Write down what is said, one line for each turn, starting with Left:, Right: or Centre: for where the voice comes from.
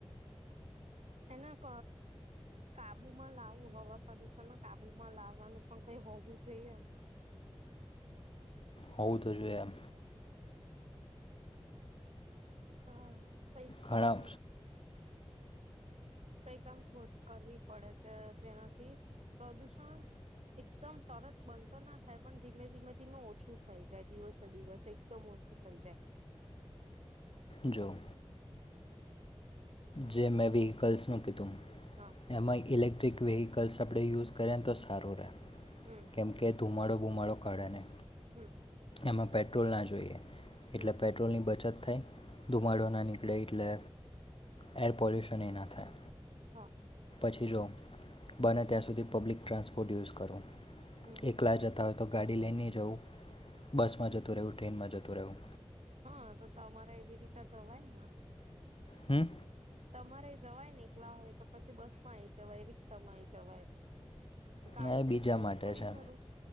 Right: એના કાબુમાં લાવું હવા પ્રદુષણમાં કાબુમાં લાવવાનું પણ કઈ હોવું જોઈએ.
Left: હોવું તો જોઈ એમ.
Right: હા પૈ
Left: ઘણા
Right: અમ કઈ કામ શોધ કરવી પડે કે જેનાથી, પ્રદુષણ એકદમ તરત બંધ તો ના થાય પણ ધીમે ધીમે ધીમે ઓછું થઈ જાય દિવસે દિવસ એકદમ ઓછું થઈ જાય.
Left: જો જે મેં વ્હીકલસનું કધું
Right: હા
Left: એમાંમાં ઇલેક્ટ્રિક વેહીકલ્સ આપણે યુઝ કરીએને તો સારું રહે.
Right: હમ
Left: કેમ કે ધુમાડુ ધુમાડો કાઢાને.
Right: હમ
Left: એમાં પેટ્રોલ ના જોઈએ,
Right: હમ
Left: એટલે પેટ્રોલની બચત થાય. ધુમાડોના
Right: હમ
Left: નીકળ એટલે એયર પોલ્યુશન એ ના થાય.
Right: હા.
Left: પછી જો બને ત્યાં સુધી પબ્લિક ટ્રાન્સપોર્ટ યુઝ કરો.
Right: હમ
Left: એકલા જતા હોય તો ગાડી લઈને જઉં બસ માં જતું રહેવું ટ્રેનમાં જતું તો રેવું
Right: હ તો તમારે એવી રીતે જવાય ને.
Left: હમ
Right: તમારે જવાય ને એકલા હોય તો પછી બસ માંયે જવાય, રિક્ષા માંઈ જવાય. ગાડી
Left: ના એ
Right: લઈન
Left: બીજા
Right: જવુજ
Left: માટે
Right: થોડી
Left: છે
Right: જરૂર છ.